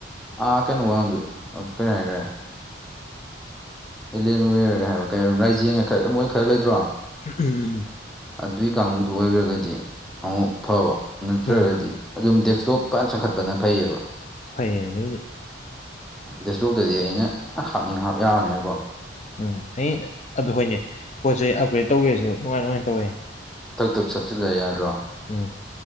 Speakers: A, in the centre; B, on the left.
A: ꯑꯥ ꯀꯩꯅꯣꯒꯥꯡꯗꯨ ꯀꯔꯤ ꯍꯥꯏꯒꯔꯦ ꯑꯦꯂꯤꯌꯟ ꯋꯦꯔꯒ ꯍꯥꯏꯕ ꯀꯩ ꯍꯥꯏ ꯔꯥꯏꯖꯦꯟꯒ ꯈꯔ ꯃꯣꯏ ꯈꯔ ꯂꯩꯇ꯭ꯔꯣ
B: ꯎꯝ
A: ꯑꯗꯨꯏ ꯀꯥꯡꯕꯨꯗꯨ ꯑꯣꯏꯈ꯭ꯔꯒꯗꯤ ꯑꯃꯨꯛ ꯐꯕ ꯅꯠꯇ꯭ꯔꯒꯗꯤ
B: ꯎꯝ
A: ꯑꯗꯨꯝ ꯗꯦꯛꯁꯇꯣꯞꯄ ꯆꯪꯈꯠꯄꯅ ꯐꯩꯌꯦꯕ
B: ꯐꯩꯌꯦ ꯑꯗꯨꯗꯤ
A: ꯗꯦꯁꯇꯣꯣꯛꯇꯗꯤ ꯑꯩꯅ ꯍꯥꯞꯅꯤꯡ ꯍꯥꯞ ꯌꯥꯔꯅꯦꯕꯀꯣ
B: ꯎꯝ ꯑꯩ ꯑꯗꯨ ꯍꯣꯏꯅꯦ ꯄꯣꯠ ꯆꯩ ꯑꯞꯒ꯭ꯔꯦꯗ ꯇꯧꯒꯦꯔꯁꯨ ꯑꯗꯨꯉꯥꯏ ꯅꯨꯡꯉꯥꯏꯅ ꯇꯧꯋꯦ
A: ꯇꯛ ꯇꯛ ꯁꯞꯆꯤꯜꯂ ꯌꯥꯗ꯭ꯔꯣ
B: ꯎꯝ